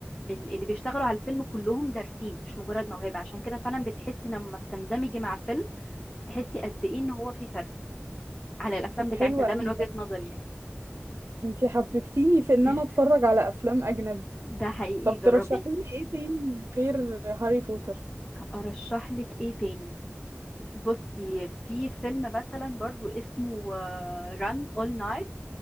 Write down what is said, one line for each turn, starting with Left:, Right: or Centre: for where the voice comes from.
Left: ال- اللي بيشتغلوا على الفيلم كلهم دارسين مش مجرد موهبه عشان كده فعلا بتحسي لما بتندمجي مع فيلم تحسي قد ايه ان هو في فرق على الافلام
Right: طب
Left: بتاعتنا
Right: حلو قوي
Left: ده من وجهه
Right: ده
Left: نظري يعني
Right: انتي حببتيني في ان
Left: <laughs>
Right: انا اتفرج على افلام اجنبي
Left: ده حقيقي
Right: طب
Left: جربيه
Right: ترشحي لي ايه تاني غير هاري بوتر
Left: ارشح لك ايه تاني بصي في فيلم مثلا برضو اسمه ران اول نايت